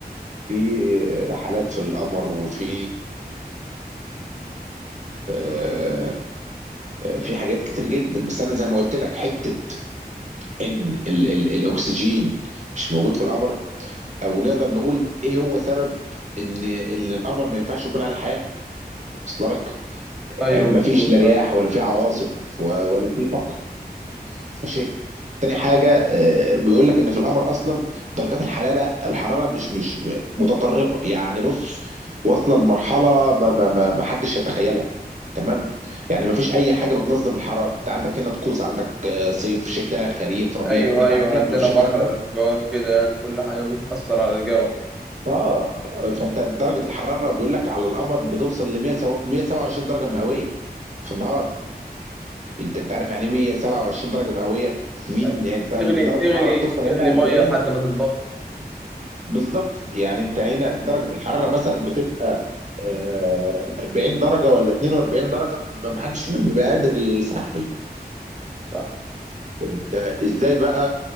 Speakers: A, on the right; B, in the centre.
A: في رحلات في القمر وفي آآ في حاجات كتير جدًا، بس أنا زي ما قُلت لك حتّة إن ال ال الأكسجين مش موجود في القمر او نقدر نقول ايه هو سبب ان ان القمر ما ينفعش يكون عليه حياه وصل لك
B: ايوه
A: آه، مفيش
B: مظبوط
A: لا رياح ولا في عواصف و- ولا في طقس ماشي تاني حاجه آه، بيقول لك ان في القمر اصلا درجات الحلاله الحراره مش مش متطرفه يعني بص واصله لمرحله ما ما ما ما حدش يتخيلها تمام يعني ما فيش اي حاجه بتنظم الحراره انت عندك هنا طقوس عندك آه، صيف شتاء خريف ربيع
B: ايوه
A: انما
B: ايوه
A: هناك
B: عندنا
A: لا ما فيش
B: بحر
A: الكلام ده
B: اشجار كده يعني كل حاجه بتاثر على الجو يعني
A: اه فانت درجه الحراره بيقول لك على القمر بتوصل ل 100 سو- 127 درجه مئويه في النهار انت انت عارف يعني إيه 127 درجه مئويه مين
B: أيوة.
A: يعني انت
B: تغلي
A: درجه
B: تغلي
A: الحراره بتوصل
B: تغلي
A: هنا 40
B: ميه لحد ما تتبخر
A: بالظبط يعني انت هنا درجه الحراره مثلا بتبقى آه، 40 درجه ولا 42 درجه ما حدش هنا بيبقى قادر يستحمل
B: صح
A: ده ازاي بقى